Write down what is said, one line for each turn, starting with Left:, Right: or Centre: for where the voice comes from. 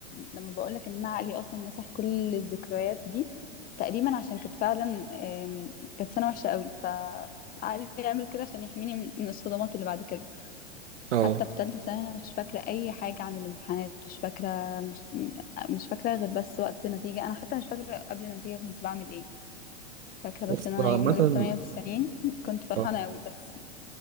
Left: لما بقولك إن أنا عقلي أصلا مسح كل الذكريات دي تقريبا عشان كانت فعلا آم، كانت سنة وحشة قوي فعقلي يعمل كده عشان يحميني من من الصدمات اللي بعد كده
Right: آه.
Left: حتى في تالتة سنة أنا مش فاكرة أي حاجة عن الامتحانات مش فاكرة مش م- مش فاكرة غير بس وقت النتيجة أنا حتى مش فاكرة قبل النتيجة كنت بعمل إيه فاكرة بس
Right: بس
Left: إن أنا
Right: عامه
Left: يوم ما جبت 98 كنت فرحانة
Right: آه.
Left: قوي بس